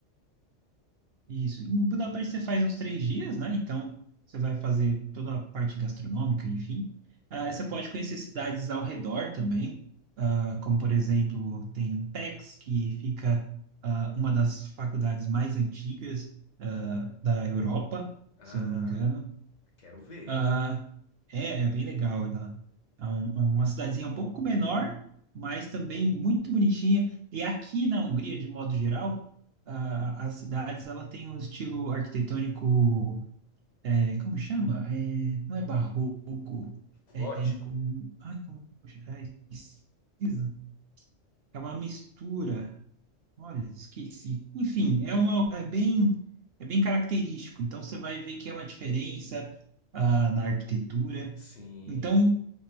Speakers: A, on the right; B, on the left.
A: Isso. Em Budapeste você faz uns três dias, né? Então você vai fazer toda a parte gastronômica, enfim. Ah,
B: Uhum.
A: você pode conhecer cidades ao redor também, Ah, como por exemplo tem PEX, que fica ah, uma das faculdades mais antigas ah, da Europa,
B: Ah,
A: se eu não me engano.
B: quero ver.
A: Ah, é, é bem legal lá. É um- é uma cidadezinha um pouco menor, mas também muito bonitinha. E aqui na Hungria, de modo geral, ah, as cidades ela tem um estilo arquitetônico, é, como chama? É, não é barroco.
B: Gótico?
A: É, ai, como chama? É, esquisito. É uma mistura. Olha, esqueci. Enfim, é uma, é bem, é bem característico. Então você vai ver que é uma diferença ah, na arquitetura.
B: Sim.
A: Então